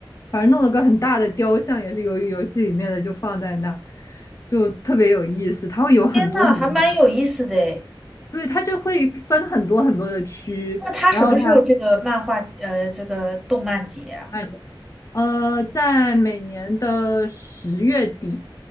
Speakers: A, on the left; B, in the centre.
A: 反正弄了个很大的雕像，也是鱿鱼游戏里面的，就放在那，就特别有意思。它会有很多很多的。
B: 天呐，还蛮有意思的诶。
A: 对，它就会分很多很多的区，
B: 那他什么时候这个漫画呃这个动漫节啊？
A: 然后它卖着。呃，在每年的十月底，